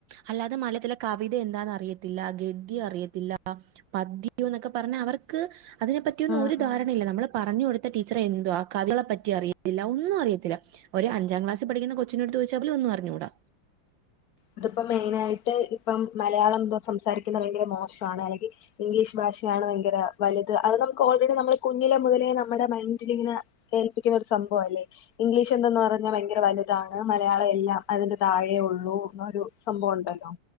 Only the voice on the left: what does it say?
ഉം
ഉം
അതിപ്പോ മെയിനയിട്ട് ഇപ്പം മലയാളം എന്തോ സംസാരിക്കുന്നത് ഭയങ്കര മോശണ് അല്ലെങ്കി ഇംഗ്ലീഷ് ഭാഷയാണ് ഭയങ്കര വലുത് അത് നമുക്ക് ഓൾറെഡി നമ്മൾ കുഞ്ഞിലെ മുതലേ നമ്മുടെ മൈൻഡിലിങ്ങനെ കേപ്പിക്കുന്ന ഒരു സംഭവം അല്ലേ ഇംഗ്ലീഷ് എന്തെന്ന് പറഞ്ഞാ ഭയങ്കര വലുതാണ് മലയാളം എല്ലാം അതിന്റെ താഴെ ഉള്ളൂ ഒരു സംഭവം ഉണ്ടല്ലോ